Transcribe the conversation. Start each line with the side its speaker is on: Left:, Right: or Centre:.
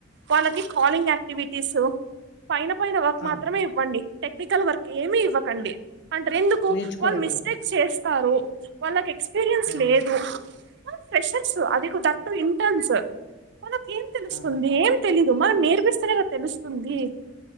Right: వాళ్ళకి కాలింగ్ యాక్టివిటీస్ పైన పైన వర్క్
Left: ఆ
Right: మాత్రమే ఇవ్వండి టెక్నికల్ వర్క్ ఏమీ ఇవ్వకండి అంటారు ఎందుకు
Left: నేర్చుకోలేదు
Right: వాళ్ళు మిస్టేక్ చేస్ కారు వాళ్ళకి ఎక్స్పీరియన్స్
Left: ఆ
Right: లేదు వాళ్ళు ఫ్రెషర్స్ అది కు దట్ టూ ఇంటన్స్ వాళ్ళకు ఏం తెలుస్తుంది
Left: ఆ
Right: ఏం తెలి జుమ్మా నేర్పిస్తనే కద తెలుస్తుందీ.